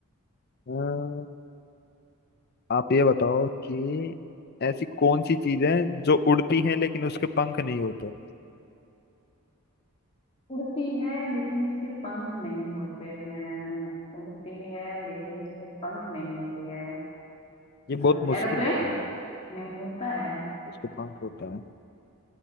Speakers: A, on the left; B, on the left.
A: हाँ। आप ये बताओ कि ऐसी कौन सी चीज है जो उड़ती है लेकिन उसके पंख नहीं होते
B: उड़ती है लेकिन उसके पंख नहीं होते हैं उड़ती है लेकिन उसके पंख नहीं होते हैं
A: ये बहुत
B: हाँ,
A: मुश्किल
B: एरोप्लेन
A: है करना है,
B: नहीं होता है
A: उसके पंख होता है